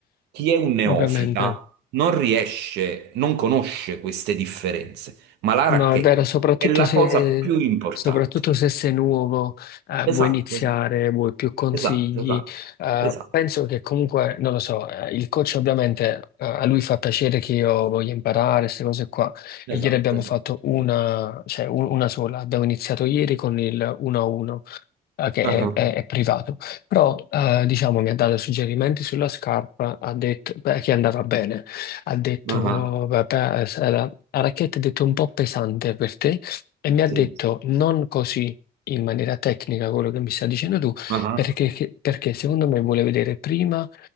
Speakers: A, on the right; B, on the left.
A: chi è un neofita
B: ovviamente.
A: non riesce, non conosce queste differenze, ma la
B: No,
A: racchetta
B: è vero, soprattutto
A: è la
B: se,
A: cosa più importante.
B: soprattutto se sei nuovo, eh,
A: Esatto,
B: vuoi iniziare,
A: esatto,
B: vuoi più consigli.
A: esatto, esatto,
B: eh,
A: esatto,
B: penso che comunque, non lo so, eh, il coach ovviamente, eh, a lui fa piacere che io voglia imparare queste cose qua.
A: esatto,
B: E ieri abbiamo
A: esatto.
B: fatto una, cioè un- una sola, abbiamo iniziato ieri con il 1-1 eh, che
A: Ah,
B: è, è- è privato, però eh, diciamo mi ha dato suggerimenti sulla scarpa, ha detto beh, che andava bene, ha detto
A: ah,
B: beh, beh, se la, la racchetta è detto un po' pesante per te e mi ha
A: Sì,
B: detto
A: sì.
B: non così in maniera tecnica quello che mi stai dicendo tu,
A: Ah,
B: perché, che- perché secondo me vuole vedere prima